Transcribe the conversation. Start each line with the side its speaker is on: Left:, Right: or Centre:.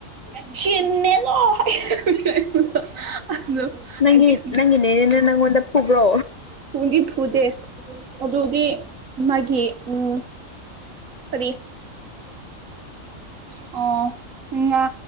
Right: <unintelligible> ꯑꯩꯗꯤ
Left: ꯅꯪꯒꯤ
Right: ꯍꯧꯖꯤꯛ
Left: ꯅꯪꯒꯤꯅꯦꯅꯦꯅ ꯅꯪꯉꯣꯟꯗ ꯐꯨꯕ꯭ꯔꯣ
Right: ꯐꯨꯗꯤ ꯐꯨꯗꯦ ꯑꯗꯨꯗꯤ ꯃꯥꯒꯤ ꯎꯝ <unintelligible> ꯑꯣ ꯎ ꯉꯥ